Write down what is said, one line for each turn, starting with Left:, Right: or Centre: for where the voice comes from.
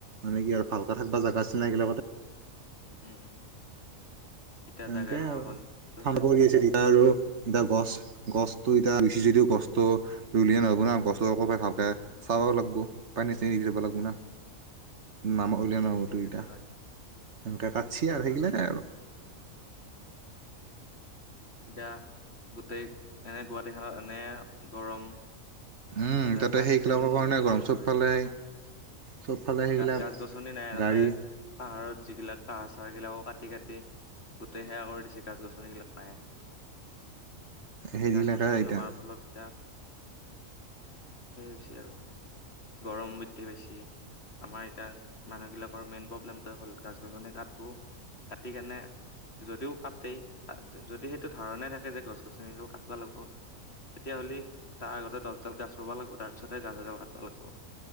Right: মানে কি আৰু ভালকা থাকব জাগা আছিল না সেইবিলাকতে
Left: উম উম। এতিয়া
Right: এনেকে
Left: জাগা নোহোৱা
Right: আৰু
Left: হ'ল সেইটো
Right: ঠাণ্ডা
Left: হয়
Right: পৰি আছে তিতা আৰু ইতা গছ গছটো এতিয়া ৰুচি যদিও গছটো ৰুলে নহ'ব না গছ ভালকে চাব লাগবো পানী চেনী দিব লাগবো না।
Left: উম
Right: নামা উলিয়া
Left: উম
Right: নগতো
Left: উম সেইটো
Right: ইতা
Left: হয়
Right: এনকে কাছি আৰ
Left: আহ
Right: সেইগিলাকে আৰু।
Left: এতিয়া গোটেই এনে গুৱাহাটীখনত এনে গৰম
Right: উম
Left: তাতে পানী
Right: সেইগিলাকৰ
Left: চানিও
Right: কাৰণে
Left: গোবৰ
Right: গৰম
Left: সেই
Right: চবফালে
Left: হয়।
Right: চবফালে সেইগিলাক
Left: গা গছ-গছনি নাই তাতে।
Right: গাড়ী
Left: পাহাৰত যিগিলাক পাহাৰ চাহাৰ গিলাকো কাটি কাটি গোটেই সেৱা কৰি দিছে গছ-গছনিগিলাক নাই
Right: সেইগিলাকে
Left: গাছ-গছনি
Right: এতিয়া
Left: নোহোৱাৰ ফলত এতিয়া সেই হৈছে আৰু। গৰম বৃদ্ধি বেছি আমাৰ এতিয়া মানুহ গিলাকৰ মেইন প্ৰব্লেমটো হ'ল গাছ-গছনি কাটবো। কাটি কেনে যদিও কাটেই যদি সে- টো ধাৰণাই থাকে যে গছ-গছনি ডাল কাটবা লাগব। তেতিয়া হ'লি তাৰ আগতে দছডাল গছ ৰুবা লাগব তাৰ পিছতহে গাজ এডাল কাটব লাগব।